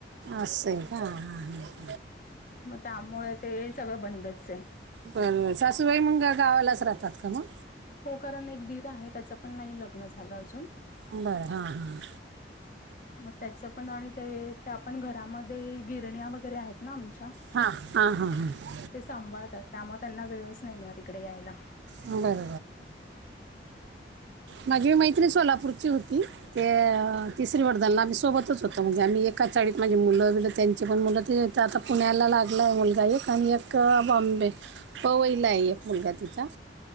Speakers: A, on the right; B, on the left.
A: असं का हा हा
B: मग त्यामुळे ते सगळं बंदच आहे
A: बरंबर सासूबाई मुंग गावालाच राहतात का मग
B: हो कारण एक दिर आहे त्याचं पण नाही लग्न झालं अजून
A: बरं हा हा
B: मग त्याच पण आणि ते त्या पण घरामध्ये गिरण्या वगैरे आहेत ना आमच्या
A: हा हा हा हा
B: ते सांभाळतात त्यामुळे त्यांना वेळच नाही मिळत इकडे यायला
A: बरोबर माझी मैत्रीणं सोलापूरची होती ते तिसरी वडदाला आम्ही सोबतच होतो म्हणजे आम्ही एका चाळीत माझे मुलं मुलं आता पुण्याला लाग ला मुलगा एक आणि एक बॉम्बे पवईला आहे एक मुलगा तिचा